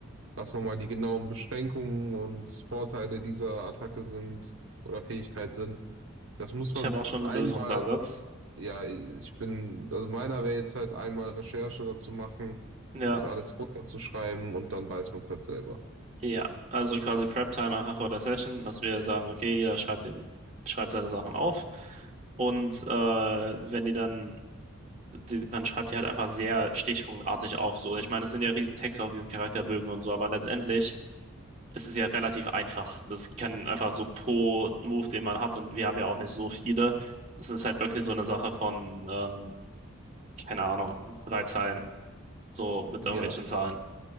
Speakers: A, on the right (about 70°); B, on the right (about 30°).
A: was nochmal die genauen Beschränkungen und Vorteile dieser Attacke sind oder Fähigkeit sind. Das muss
B: ich
A: man
B: habe auch schon einen
A: einmal,
B: Lösungsansatz.
A: ja, ich bin, also meiner wäre jetzt halt einmal Recherche dazu machen,
B: Ja,
A: das alles runterzuschreiben und dann weiß man es halt selber.
B: ja. Also quasi Prep-Time einfach vor der Session, dass wir sagen, okay, jeder schreibt den, schreibt seine Sachen auf. Und äh, wenn die dann, die, man schreibt die halt einfach sehr stichpunktartig auf. So, ich meine, es sind ja riesen Texte auf diesen Charakterbögen und so, aber letztendlich ist es ja relativ einfach. Das kann einfach so pro Move, den man hat, und wir haben ja auch nicht so viele. Es ist halt wirklich so eine Sache von, ähm, keine Ahnung, drei Zeilen, so mit
A: Ja,
B: irgendwelchen Zahlen.